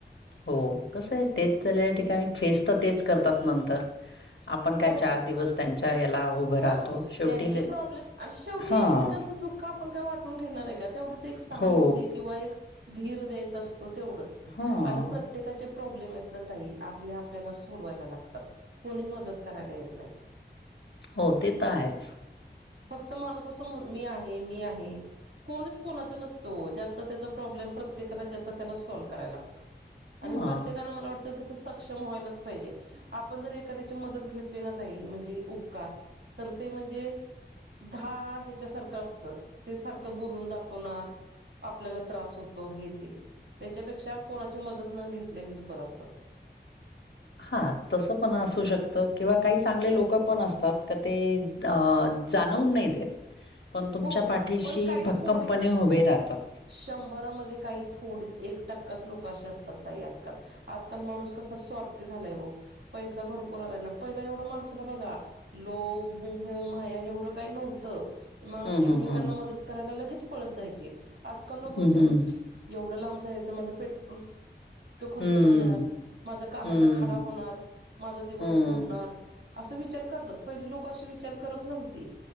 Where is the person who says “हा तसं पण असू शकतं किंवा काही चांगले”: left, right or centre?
Left